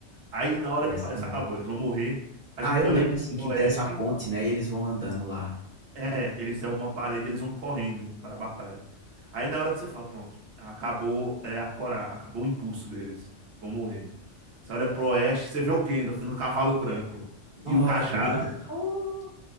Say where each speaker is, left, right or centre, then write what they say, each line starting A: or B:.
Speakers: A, on the right; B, on the right.
A: Aí na hora
B: Essa
A: que parece que acabou, eles vão morrer, a
B: ah,
A: gente
B: eu
A: olha
B: lembro
A: pro
B: assim que
A: oeste,
B: dessa ponte, né, e eles vão andando lá.
A: É, eles derrubam uma parede, eles vão correndo para a batalha. Aí na hora que você fala, pronto, acabou é, a cora, acabou o impulso deles, vão morrer. Você olha pro oeste, você vê o Gandalf no cavalo branco
B: No
A: e o cajado.
B: não. Oh.